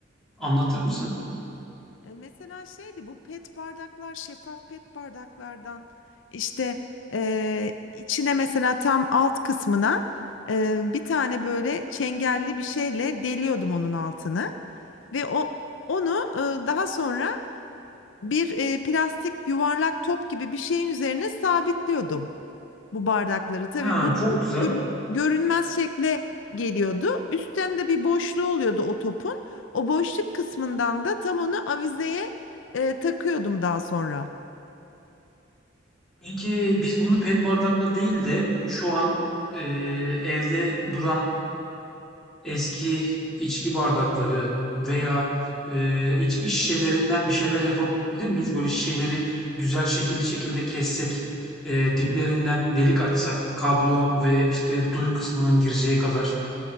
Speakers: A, in the centre; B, on the left (about 80°).
A: anlatır mısın?
B: E, Mesela şeydi bu pet bardaklar şeffaf pet bardaklardan işte e, içine mesela tam alt kısmına e, bir tane böyle çengelli bir şeyle deliyordum onun altını ve o onu e, daha sonra bir e, plastik yuvarlak top gibi bir şeyin üzerine sabitliyordum bu bardakları. Tabii
A: Ha,
B: bu
A: çok
B: top
A: güzel.
B: görün- görünmez şekle geliyordu. Üstten de bir boşluğu oluyordu o topun. O boşluk kısmından da tam onu avizeye e, takıyordum daha sonra.
A: Peki biz bunu pet bardakla değil de şu an eee, evde duran eski içki bardakları veya, eee, içki şişelerinden bir şeyler yapabilir miyiz? Böyle şişeleri güzel şekilli şekilde kessek, eee, diplerinden delik açsak, kablo ve işte duy kısmının gireceği kadar.